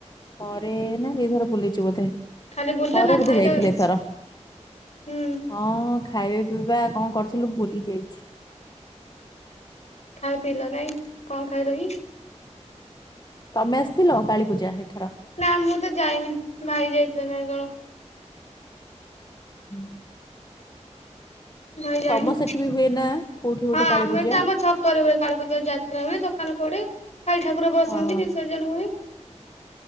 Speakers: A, on the left; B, on the left.
A: ଥରେ ନା ଦିଥର ବୁଲିଚୁ ବୋଧେ
B: ଖାଲି ବୁଲିଲ
A: ଥରେ
B: ନା
A: ବୋଧେ
B: ଖାଇଲ
A: ଯାଇଥିଲେ
B: କିଛି
A: ଏଥର।
B: ହୁଁ
A: ହଁ ଖା ଖାଇବା ପିଇବା କଣ କରିଥିଲୁ ଭୁଲି ଯାଇଚୁ।
B: ଖାଇ ପିଇଲ ନାଇଁ କଣ ଖାଇଲ କି?
A: ତମେ ଆସିଥିଲ କାଳୀପୂଜା ରେ?
B: ନା ମୁଁ ତ ଯାଇନି ଭାଇ ଯାଇଥିଲି ନାଇଁ କଣ।
A: ହୁଁ।
B: ଭାଇ ଯାଇନି।
A: ତମ ସେଠି ବି ହୁଏ ନା? କୋଉଠି ଗୋଟେ
B: ହଁ
A: କାଳୀ
B: ଆମେ
A: ପୂଜା?
B: ତ ଆମ ଛକରେ ହୁଏ କାଳୀ ପୂଜା ଯାତ୍ରା ହୁଏ ଦୋକାନ ପଡେ। ଭାଇ ଠାକୁର ବସନ୍ତି
A: ହଁ
B: ବିସର୍ଜନ ହୁଏ।